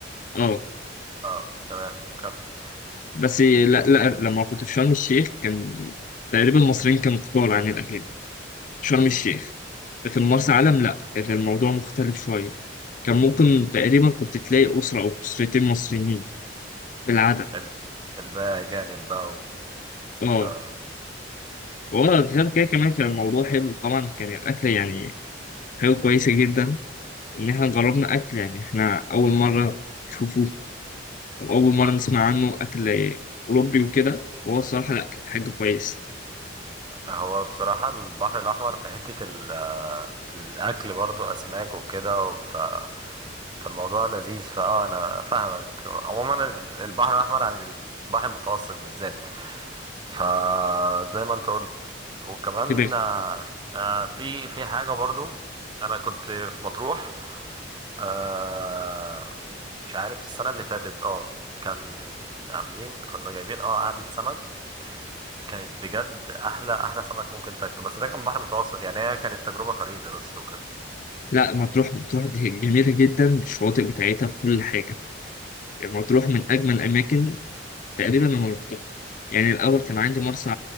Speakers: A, on the left; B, on the right.
A: اه
B: اه تمام كمل
A: بس لا لا لما كنت في شرم الشيخ كان تقريبا المصريين كانوا كتار عن الاجانب شرم الشيخ لكن مرسى علم لا كان الموضوع مختلف شوية كان ممكن تقريبا كنت تلاقي أسرة أو أسرتين مصريين بالعدد
B: ال- الباقي جانب بقى و...
A: اه
B: اه
A: وغير كده كمان كان الموضوع حلو طبعا كان الأكل يعني حاجة كويسة جدا إن إحنا جربنا أكل يعني إحنا أول مرة نشوفه أو أول مرة
B: آه.
A: نسمع عنه أكل أوروبي وكده هو الصراحة لا كانت حاجة كويسة
B: هو بصراحة البحر الأحمر في حتة ال- آه، الأكل برضو أسماك وكده ف فالموضوع لذيذ فأه أنا فاهمك عموما ال- البحر الأحمر عن البحر المتوسط بالذات فزي ما أنت قلت وكمان
A: كده
B: آه، آه، في في حاجة برضو أنا كنت في مطروح آه، مش عارف السنة اللي فاتت اه كان عاملين كنا جايبين اه قعدة سمك كانت بجد احلى احلى سمك ممكن تاكله بس ده كان بحر متوسط يعني هي كانت تجربه فريده بس وكده
A: لا مطروح مطروح دي جميلة جدا الشواطئ بتاعتها بكل حاجة يعني مطروح من أجمل الأماكن تقريبا انا رحتها يعني الاول كان عندي مرسى